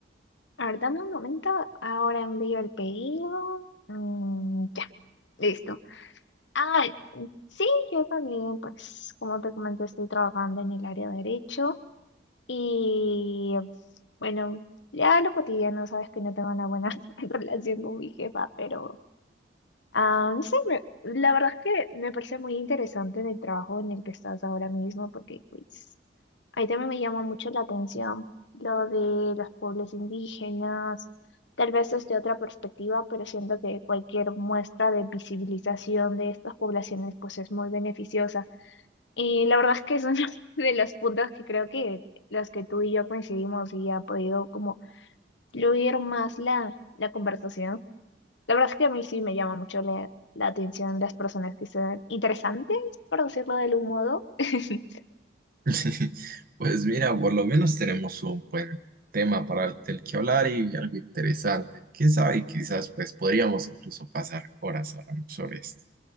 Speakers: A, on the left (about 75°); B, on the right (about 50°).
A: A ver, dame un momento, ahora envío el pedido. Mm, ya, listo. Ah, Sí, yo también, pues, como te comenté, estoy trabajando en el área de derecho y, bueno, ya lo cotidiano, sabes que no tengo una buena <laughs> relación con mi jefa, pero, ah, no sé, me- la verdad es que me parece muy interesante en el trabajo en el que estás ahora mismo, porque, pues, ahí también me llama mucho la atención lo de los pueblos indígenas, tal vez desde otra perspectiva, pero siento que cualquier muestra de visibilización de estas poblaciones, pues, es muy beneficiosa. Y la verdad es que son <laughs> de los puntos que creo que los que tú y yo coincidimos y ha podido como fluir más la, la conversación. La verdad es que a mí sí me llama mucho la, la atención las personas que sean interesantes, por decirlo de algún modo. <laughs>
B: <laughs> Pues mira, por lo menos tenemos un buen tema para del que hablar y algo interesante. Quién sabe, quizás pues podríamos incluso pasar horas hablando sobre esto.